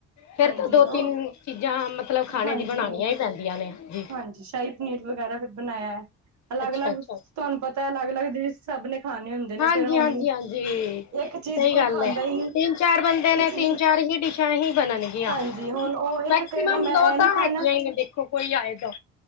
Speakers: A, on the left (about 65°); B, on the right (about 70°).
A: ਫੇਰ
B: ਹਾਂਜੀ
A: ਤਾਂ ਦੋ
B: ਉਹ
A: ਤਿੰਨ ਚੀਜ਼ਾਂ ਮਤਲਬ ਖਾਣੇ
B: ਹਾਂਜੀ
A: ਦੀ ਬਣਾਣੀਆਂ ਈ ਪੈਂਦੀਆਂ ਨੇ। ਜੀ
B: ਹਾਂਜੀ, ਸ਼ਾਈ ਪਨੀਰ ਵਗੈਰਾ ਫਿਰ ਬਣਾਇਆ ਐ, ਅਲੱਗ
A: ਅੱਛਾ
B: ਅਲੱਗ
A: ਅੱਛਾ
B: ਤੁਹਾਨੂੰ ਪਤਾ ਅਲੱਗ ਅਲੱਗ ਡਿਸਸ਼ ਸਭ ਨੇ ਖਾਣੇ ਹੁੰਦੇ ਨੇ
A: ਹਾਂਜੀ
B: ਫਿਰ ਹੁਣ
A: ਹਾਂਜੀ ਹਾਂਜੀ,
B: ਇੱਕ ਚੀਜ਼
A: ਸਈ
B: ਕੋਈ
A: ਗੱਲ
B: ਖਾਂਦਾ
A: ਐ।
B: ਹੀ ਨਹੀਂ
A: ਤਿੰਨ ਚਾਰ ਬੰਦੇ ਨੇ
B: ਕਿਸੇ
A: ਤਿੰਨ
B: ਦੀ
A: ਚਾਰ ਹੀ ਡਿਸ਼ ਹੀ ਬਣਨਗੀਆਂ।
B: ਹਾਂਜੀ ਹੁਣ ਉਹ ਇੱਕ
A: ਮੈਕਸੀਮਮ
B: ਕਹੇਗਾ ਮੈਂ
A: ਦੋ
B: ਇਹ ਨੀ
A: ਤਾਂ
B: ਖਾਣਾ
A: ਹੈਗੀਆਂ ਈ ਆਂ ਦੇਖੋ ਕੋਈ ਆਏ ਦੋ